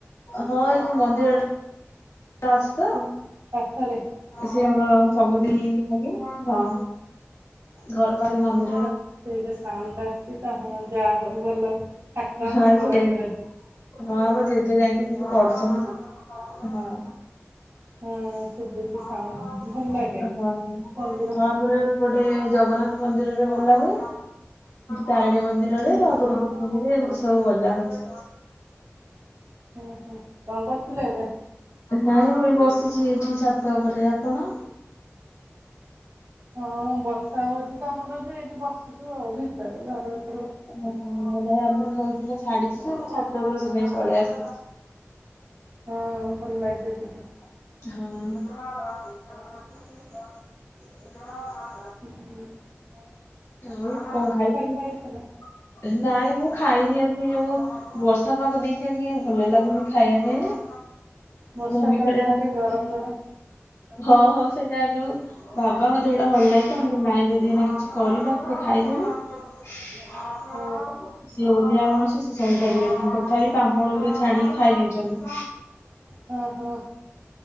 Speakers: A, on the left; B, on the right.
A: ହଁ ଏଇଠି ମନ୍ଦିର। ଅଛି ତ।
B: ପାଖରେ?
A: ସେ
B: ହଁ
A: ଆମର
B: ହଁ
A: ସବୁଦିନ ହଁ। ଘର ପାଖରେ ମନ୍ଦିର?
B: ସେଇଟା ସାଉଣ୍ଡଟା ଆସୁଛି ତ ହଁ ଯାହା ହଉଁ ଭଲ ଠାକୁରଙ୍କ
A: ହଁ
B: ପାଖ
A: ସେ
B: ପାଖରେ
A: ହଁ ଆମ ଜେଜେ ଯାଇକି ସେଠି ପଢୁଛନ୍ତି
B: ହୁଁ
A: ହଁ।
B: ହଁ। ଶୁଭୁଛି
A: ହଁ
B: ସାଉଣ୍ଡ ଭଲ ଲାଗେ
A: ହଁ
B: ମନ୍ଦିର
A: ଆମର ଗୋଟେ ଜଗନ୍ନାଥ ମନ୍ଦିରରେ ବୋଲା ହୁଏ। ତାରିଣୀ ମନ୍ଦିରରେ
B: ହୁଁ
A: ଭାଗବତ
B: ହୁଁ
A: ପୂର୍ବ ରୁ ଏମିତି ସବୁ ବୋଲା ହଉଛି।
B: ହୁଁ ହୁଁ କଣ କରୁଥିଲେ ଏବେ?
A: ନାଇଁ ବସିଛି ଏଠି ଛାତ ଉପରେ ଆପଣ?
B: ହଁ ବର୍ଷା ହଉଛି ତ ଆମର ବି ଏଇଠି ବସିଛୁ ଆଉ ଭିତରେ ଘର ଭି
A: ଓହ ନାଇଁ ଆମର ହଉଥିଲା ଛାଡିଛି ଯେ ମୁଁ ଛାତ ଉପରକୁ ସେଥିପାଇଁ ପଳେଇ ଆସୁଛି।
B: ହଁ ଭଲ ଲାଗେ ଟିକେ
A: ହଁ ହଁ।
B: ହୁଁ।
A: ଆଉ କଣ ଖାଇଥିଲି
B: ଖାଇଥିଲ?
A: ନାଇଁ ମୁଁ ଖାଇନି ଆଜି ଯୋଉ ବର୍ଷା ପାଗ ଦେଇଚି ଆଜି କାଇଁ ଭଲ ଲାଗୁନି ଖାଇବା ପାଇଁ।
B: ବର୍ଷା
A: ମମି
B: ପାଗରେ
A: ଖାଲି ଡାକୁଚି
B: ଟିକେ ଗରମ ଗରମ
A: ହଁ ହଁ ସେଇଟା ଯୋଉ ବାବାଙ୍କ ଦେହଟା ଭଲ ନାହିଁତ ନାଇଁ ଯଦି ସିଏ ଏନା କିଛି କରିବା ସିଏ ଖାଇଦେବ ସିଏ
B: ହଁ
A: ଓଲିଆ ମଣିଷ କିଛି ସହିପାରିବେନି ତଥାପି ପାମ୍ପଡ଼ ଗୁରେ ଛାଣିକି ଖାଇ ଦେଇଛନ୍ତି।
B: ହଁ ହଁ।